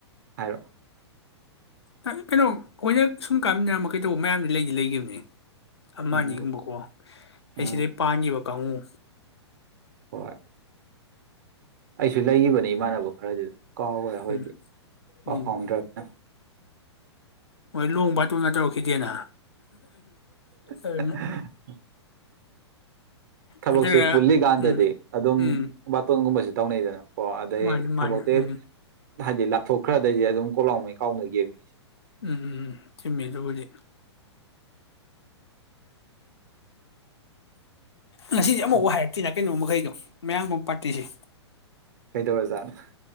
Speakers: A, on the right; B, on the left.
A: ꯍꯥꯏꯔꯣ
B: ꯀꯩ ꯀꯩꯅꯣ ꯑꯩꯈꯣꯏꯅ ꯁꯨꯝ ꯀꯥꯃꯤꯟꯅꯔꯝꯃꯥꯒꯥ ꯀꯩꯇꯧꯕ <unintelligible> ꯂꯩꯗꯤ ꯂꯩꯒꯤꯕꯅꯤ ꯑꯃ
A: ꯎꯝ
B: ꯑꯅꯤꯒꯨꯝꯕ ꯀꯣ ꯑꯩ
A: ꯎꯝ
B: ꯁꯤꯗꯩ ꯄꯥꯟꯒꯤꯕ ꯀꯥꯡꯉꯨ
A: ꯍꯣꯏ ꯑꯩꯁꯨ ꯂꯩꯒꯤꯕꯅꯤ ꯏꯃꯥꯟꯅꯕ ꯈꯔꯗꯤ ꯑꯗꯨꯝ ꯀꯥꯎꯒ꯭ꯔꯦ ꯑꯈꯣꯏꯗꯤ
B: ꯎꯝ
A: ꯄꯥꯎ
B: ꯎꯝ
A: ꯐꯥꯎꯅꯗ꯭ꯔꯥꯅꯤꯅ
B: ꯃꯣꯏ ꯂꯣꯡ ꯕꯥꯇꯣꯟꯒ ꯇꯧꯔꯛꯈꯤꯗꯦꯅ
A: <unintelligible>
B: ꯑꯗꯨꯅ
A: ꯊꯕꯛꯁꯤ
B: ꯅꯠꯇ꯭ꯔꯒ
A: ꯄꯨꯜꯂꯤꯀꯥꯟꯗꯗꯤ
B: ꯎꯝ
A: ꯑꯗꯨꯝ
B: ꯎꯝ
A: ꯕꯥꯇꯣꯟꯒꯨꯝꯕꯁꯤ ꯇꯧꯅꯩꯗꯅ ꯑꯣ ꯑꯗꯩ
B: ꯃꯥꯅꯤ ꯃꯥꯅꯤ
A: ꯊꯕꯛꯇꯣ
B: ꯎꯝ
A: ꯍꯥꯏꯗꯤ ꯂꯥꯞꯊꯣꯛꯈ꯭ꯔꯗꯩꯁꯦ ꯑꯗꯨꯝ ꯀꯣꯂꯥꯎꯃꯩ ꯀꯥꯎꯅꯒꯤꯗꯨꯅꯤ
B: ꯎꯝ ꯎꯝꯝ ꯆꯨꯝꯃꯦ ꯑꯗꯨꯕꯨꯗꯤ ꯉꯁꯤꯁꯦ ꯑꯃꯥꯎ
A: ꯎꯝ
B: ꯍꯥꯏꯔꯛꯇꯤꯅ ꯀꯩꯅꯣ ꯃꯈꯩꯗꯣ ꯃꯌꯥꯝ ꯕꯣꯛ ꯄꯥꯔꯇꯤꯁꯦ
A: ꯀꯩꯗꯧꯔ ꯖꯥꯠꯅꯣ